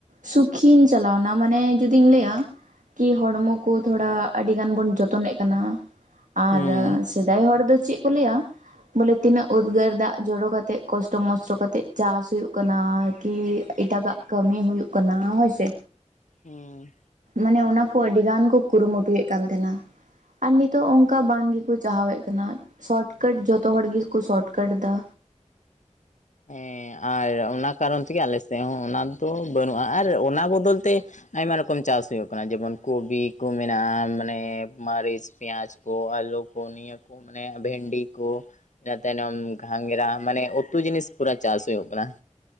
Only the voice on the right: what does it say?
ᱥᱩᱠᱷᱤᱧ ᱪᱟᱞᱟᱣᱱᱟ ᱢᱟᱱᱮ ᱡᱩᱫᱤᱧ ᱞᱟᱹᱭᱟ ᱠᱤ ᱦᱚᱲᱢᱚ ᱠᱚ ᱛᱷᱚᱲᱟ ᱟᱹᱰᱤ ᱜᱟᱱ ᱵᱚᱱ ᱡᱚᱛᱚᱱᱮᱫ ᱠᱟᱱᱟ ᱟᱨ
ᱥᱮᱫᱟᱭ ᱦᱚᱲ ᱫᱚ ᱪᱮᱫ ᱠᱚ ᱞᱟᱹᱭᱟ ᱵᱚᱞᱮ ᱛᱤᱱᱟᱹᱜ ᱩᱫᱽᱜᱟᱹᱨ ᱫᱟᱜ ᱡᱚᱨᱚ ᱠᱟᱛᱮᱮᱫ ᱠᱚᱥᱴᱚ ᱢᱚᱥᱴᱚ ᱠᱟ ᱠᱟᱛᱮᱮᱫ ᱪᱟᱥ ᱦᱩᱭᱩᱜ ᱠᱟᱱᱟ ᱠᱤ ᱮᱴᱟᱜᱟᱜ ᱠᱟᱹᱢᱤ ᱦᱩᱭᱩᱜ ᱠᱟᱱᱟ ᱦᱳᱭ ᱥᱮ
ᱢᱟᱱᱮ ᱚᱱᱟ ᱠᱚ ᱟᱹᱰᱤ ᱜᱟᱱ ᱠᱚ ᱠᱩᱨᱩᱢᱩᱴᱩᱭᱮᱫ ᱠᱟᱱ ᱛᱟᱦᱮᱱᱟ ᱟᱨ ᱱᱤᱛᱚᱜ ᱚᱱᱠᱟ ᱵᱟᱝ ᱜᱮᱠᱚ ᱪᱟᱦᱟᱣᱮᱫ ᱠᱟᱱᱟ ᱥᱚᱨᱚᱴ ᱠᱟᱴ ᱡᱚᱛᱚ ᱦᱚᱲ ᱜᱮᱠᱚ ᱥᱚᱨᱚᱴ ᱠᱟᱴ ᱮᱫᱟ